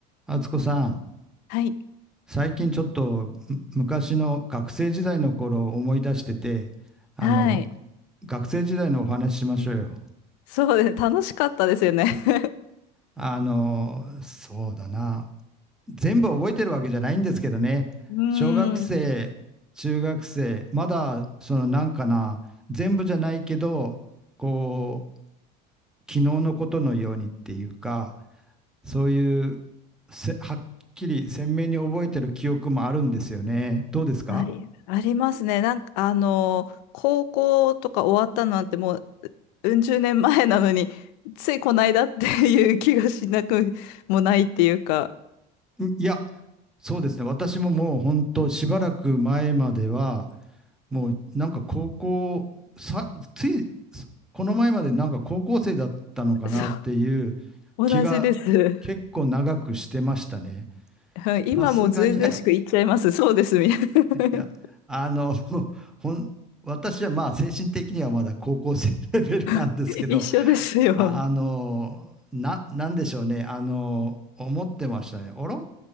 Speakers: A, in the centre; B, on the left.
A: 敦子さん、
B: はい。
A: 最近ちょっとむ昔の学生時代の頃を思い出してて、あの、
B: はい。
A: 学生時代のお話ししましょうよ。
B: そうですね。楽しかったですよね。<laughs>
A: あの、そうだな。全部覚えてるわけじゃないんですけどね。
B: うーん。
A: 小学生、中学生、まだそのなんかな、全部じゃないけど、こう、昨日のことのようにっていうか、そういうせ、はっきり鮮明に覚えてる記憶もあるんですよね。どうですか
B: あり、ありますね。なんか、あの、高校とか終わったなんてもう、うん十年前なのに、ついこないだっていう気がしなくもないっていうか、
A: んいや、そうですね。私ももう本当しばらく前までは、もうなんか高校、さ、つい、この前までなんか高校生だったのかなっていう
B: そう、
A: 気が
B: 同じです。う
A: 結構長くしてましたね。
B: ん今もずうずうしく言っちゃいます。
A: さすがに <laughs> い
B: そうです。みたいな
A: や、あの、ほん、私はまあ精神的にはまだ高校生レベルなんですけど、
B: <laughs> 一緒ですよ。
A: あ、あのーな、なんでしょうね。あのー思ってましたね。あら、